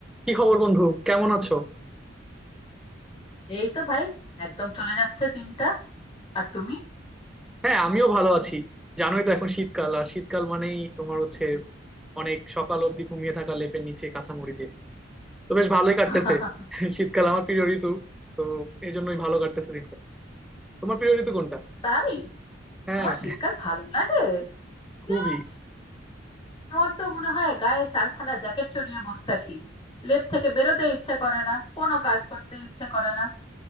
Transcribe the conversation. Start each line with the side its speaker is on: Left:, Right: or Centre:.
Centre: কি খবর বন্ধু কেমন আছো
Left: এই তো ভাই একদম চলে যাচ্ছে দিনটা আর তুমি
Centre: হ্যাঁ আমিও ভালো আছি জানোই তো এখন শীতকাল আর শীতকাল মানেই তোমার হচ্ছে অনেক সকাল অবধি ঘুমিয়ে থাকা লেপের নিচে কাঁথা মুড়ি দিয়ে তো বেশ ভালোই কাটতেছে
Left: <laughs>
Centre: শীতকাল আমার প্রিয় ঋতু তো এই জন্যই ভালো কাটতেছে দিনকাল তোমার প্রিয় ঋতু কোনটা
Left: তাই
Centre: হ্যাঁ
Left: তোমার শীতকাল ভালো লাগে
Centre: খুবই
Left: ইস আমার তো মনে হয় গায়ে চারখানা জ্যাকেট চড়িয়ে বসে থাকি লেপ থেকে বেরোতে ইচ্ছে করে না কোনো কাজ করতে ইচ্ছে করে না